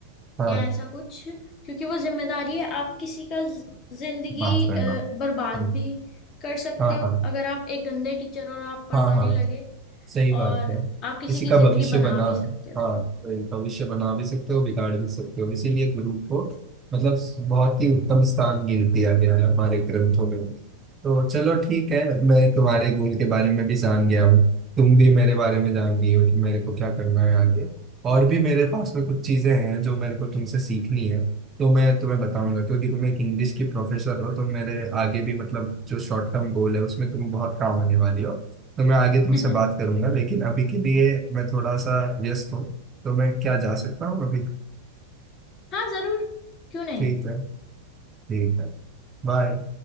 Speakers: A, on the right; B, on the left.
A: हाँ
B: या ऐसा कुछ क्योंकि वो जिम्मेदारी है आप किसी का ज- जिंदगी
A: माफ करना
B: अ, बर्बाद
A: हम्म,
B: भी कर सकते
A: हाँ
B: हो
A: हाँ
B: अगर आप एक गंदे टीचर और आप पढ़ाने
A: हाँ हाँ
B: लगे
A: सही बात
B: और
A: है
B: आप किसी
A: किसी
B: की
A: का
B: जिंदगी
A: भविष्य
B: बना
A: बना
B: भी सकते हो
A: हाँ तो भविष्य बना भी सकते हो बिगाड़ भी सकते हो इसीलिए गुरु को मतलब बहुत ही उत्तम स्थान गिर दिया गया है हमारे ग्रंथों में तो चलो ठीक है मैं तुम्हारे गोल के बारे में भी जान गया हूँ तुम भी मेरे बारे में जान गई हो कि मेरे को क्या करना है आगे और भी मेरे पास में कुछ चीजें हैं जो मेरे को तुमसे सीखनी है तो मैं तुम्हें बताऊंगा क्योंकि तुम एक इंग्लिश की प्रोफेसर हो तो मेरे आगे भी मतलब जो शॉर्ट टर्म गोल है उसमें तुम बहुत काम आने वाली हो तो मैं आगे तुमसे
B: <laughs>
A: बात करूंगा लेकिन अभी के लिए मैं थोड़ा सा व्यस्त हूँ तो मैं क्या जा सकता हूँ अभी
B: हाँ जरूर क्यों नहीं
A: ठीक है ठीक है बाय